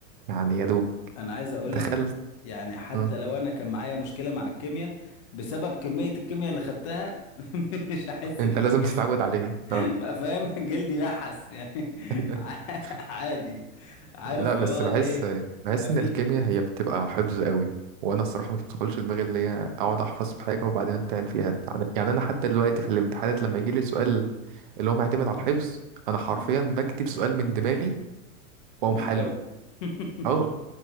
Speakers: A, on the right (about 35°); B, on the left (about 25°).
A: يعني يا دوب
B: انا عايز اقول
A: دخلت
B: لك يعني حتى
A: مم.
B: لو انا كان معايا مشكله مع الكيمياء بسبب كميه الكيمياء اللي خدتها <laughs> مش هحس
A: انت
B: بمشكله
A: لازم تتعود عليها اه
B: بقى فاهم <laughs> جلدي نحس يعني
A: <laughs>
B: <laughs> عادي عارف
A: لا بس
B: اللي هو
A: بحس
B: ايه
A: بحس
B: ما في
A: ان الكيمياء هي بتبقى حفظ قوي وانا الصراحه ما بتدخلش دماغي اللي هي اقعد احفظ في حاجه وبعدين امتحن فيها يعني يعني انا حتى دلوقتي في الامتحانات لما يجي لي سؤال اللي هو معتمد على الحفظ انا حرفيا
B: مم.
A: بكتب سؤال من دماغي واقوم
B: والجو
A: حله
B: <laughs>
A: اه